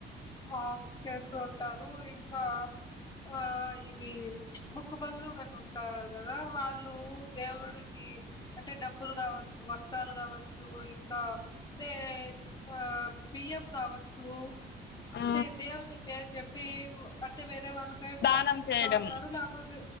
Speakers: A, on the left (about 20°); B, on the left (about 60°).
A: ఆవును చేస్తూ ఉంటారు ఇంకా ఆహ్ ఇవి మొక్కుబళ్లు గాని ఉంటారు. కదా వాళ్ళు దేవుడీ. అంటే డబ్బులు కావచ్చు వస్త్రాలు కావచ్చు ఇంకా అంటే ఆహ్ బియ్యం కావచ్చు.
B: ఆ
A: అంటె దేవుని పేరూ చెప్. పివ్ అంటే వేరు. వేరే వాళ్ళకేం దానాలు
B: దానం
A: ఇస్తా
B: చేయడం
A: ఉంటారు లేకపోతే.